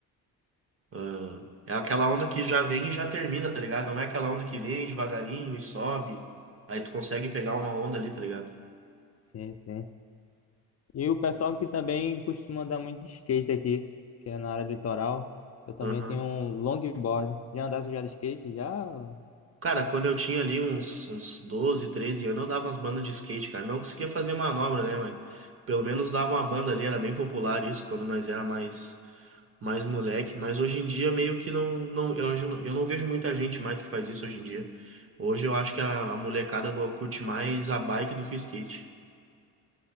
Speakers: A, on the right; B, on the left.
A: Ah, É aquela onda que já vem e já termina, tá ligado? Não é aquela onda que vem devagarinho e sobe. Aí tu consegue pegar uma onda ali, tá ligado?
B: Sim, sim. E o pessoal que também costuma andar muito de skate aqui, que é na área do litoral. Eu também
A: Aham.
B: tenho um longboard. Já andasse já de skate? Já,
A: Cara, quando eu tinha ali uns, uns 12, 13 anos, eu dava umas bandas de skate, cara. Não conseguia fazer manobra, né, mas pelo menos dava uma banda ali, era bem popular isso quando nós era mais mais moleque, mas hoje em dia meio que não não eu, hoje não- eu não vejo muita gente mais que faz isso hoje em dia. Hoje eu acho que a, a molecada agora curte mais a bike do que o skate.